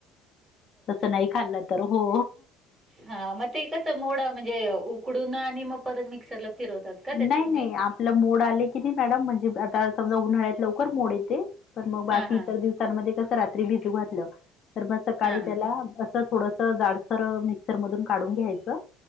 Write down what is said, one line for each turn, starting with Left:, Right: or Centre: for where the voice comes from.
Left: तसं नाही खाल्लं तर हो
Right: हा मग ते कस मोडं? म्हणजे उकडून आणि मग परत मिक्सरला फिरवतात. का त्याचं
Left: नाही
Right: तुम्ही?
Left: नाही आपलं मोड आले की नाही, मॅडम म्हणजे आता समजा उन्हाळ्यात लवकर मोड येते. पण मग बाकी
Right: हां, हां.
Left: इतर दिवसांमध्ये कस? रात्री भिजू घातलं तर मग सकाळी
Right: हां,
Left: त्याला अस थोडस जाडसर मिक्सर मधून काढून घ्यायचं